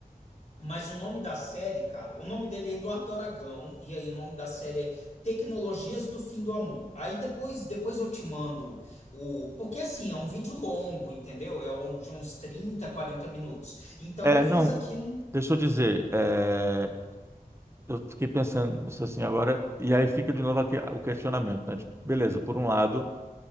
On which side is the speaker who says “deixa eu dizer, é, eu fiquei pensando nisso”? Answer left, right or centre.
Right